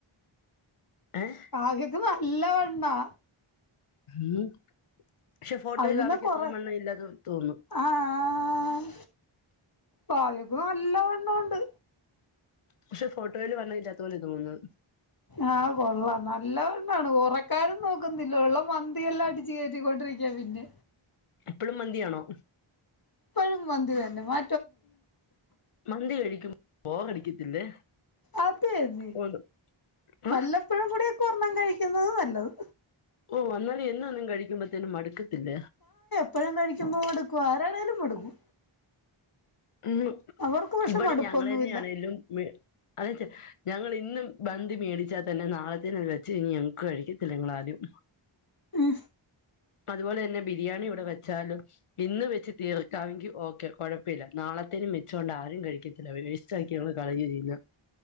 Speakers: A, on the left; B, on the left.
A: ഏഹ്
B: കാവ്യയ്ക്ക് നല്ലവണ്ണാ.
A: ഉം പക്ഷെ ഫോട്ടോയീ
B: അത് പിന്നെ
A: കാവ്യയ്ക്ക്
B: കൊറ
A: അത്ര വണ്ണ ഇല്ലാ തോന്നും.
B: ആഹ് ആഹ് <unintelligible> നല്ലവണ്ണോണ്ട്.
A: പക്ഷെ ഫോട്ടോയില് വണ്ണവില്ലാത്ത പോലെ തോന്നുന്ന്
B: ആഹ് കൊള്ളാം നല്ലവണ്ണാണ് കൊറക്കാനും നോക്കുന്നില്ല ഒള്ള മന്തിയെല്ലാം അടി ച്ച് കേറ്റിക്കൊണ്ടിരിക്ക്യാ പിന്നെ
A: എപ്പളും മന്തിയാണോ?
B: ഇപ്പഴും മന്തി തന്നേ മാ
A: മന്തി കഴിക്കും ബോറടിക്കത്തില്ലേ?
B: അതെ അതെ
A: ഓ
B: വല്ലപ്പഴും
A: ഏഹ്
B: കൂടിയൊക്കെ ഒർണ്ണം കഴിക്കുന്നത് നല്ലത്.
A: ഓ വന്നാല് എന്നൊന്നും കഴിക്കുമ്പത്തേനും മടുക്കത്തില്ല.
B: എപ്പഴും കഴിമ്പോ മടുക്കും ആരാണേലും മടുക്കും.
A: ഉം
B: അവർക്ക് പക്ഷെ
A: ഇവിടെഞങ്ങളെന്നെയാണെലും
B: മടുപ്പൊന്നുമില്ല
A: മി അതച്ച് ഞങ്ങൾ ഇന്നും മന്തി മേടിച്ചാൽ തന്നെ നാളത്തേന് വെച്ച് ഇ ഞങ്ങക്ക് കഴിക്കത്തില്ല ഞങ്ങളാരും
B: ഉം
A: അതുപോലെന്നെ ബിരിയാണിഇവിടെവെച്ചാലും ഇന്ന് വെച്ച്തീർക്കാമെങ്കിഓക്കെ കൊഴപ്പില്ല നാളത്തേനുംവെ വെച്ചൊണ്ടാരുംകഴിക്കത്തില്ല വേസ്റ്റ്ക്കി ഞങ്ങൾ കളയുക ചെയ്യുന്നേ